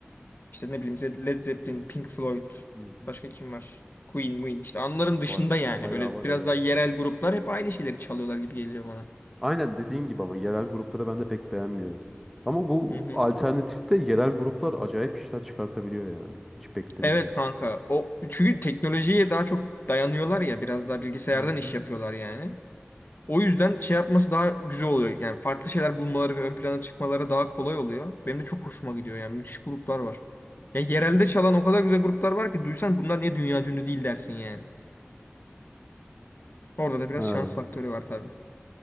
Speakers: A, on the left; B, in the centre.
A: İşte ne bileyim Ze- Led Zeppelin, Pink Floyd.
B: hı hı.
A: Başka kim var? Queen, Queen. İşte onların
B: Ba-
A: dışında yani.
B: bayağı
A: Böyle
B: var
A: biraz
B: evet.
A: daha yerel gruplar hep aynı şeyleri çalıyorlar gibi geliyor bana.
B: Aynen dediğin gibi ama yerel grupları ben de pek beğenmiyorum. Ama bu
A: Hı hı.
B: alternatifte yerel gruplar acayip işler çıkartabiliyor yani. Hiç beklemediğim.
A: Evet kanka. O çünkü teknolojiye daha çok dayanıyorlar ya biraz daha bilgisayardan
B: Hı
A: iş
B: hı.
A: yapıyorlar yani. O yüzden şey yapması daha güzel oluyor. Yani farklı şeyler bulmaları ve ön plana çıkmaları daha kolay oluyor. Benim de çok hoşuma gidiyor yani. Müthiş gruplar var. Ya yerelde çalan o kadar güzel gruplar var ki duysan bunlar niye dünya ünlü değil dersin yani. Orada da biraz
B: Evet.
A: şans faktörü var tabii.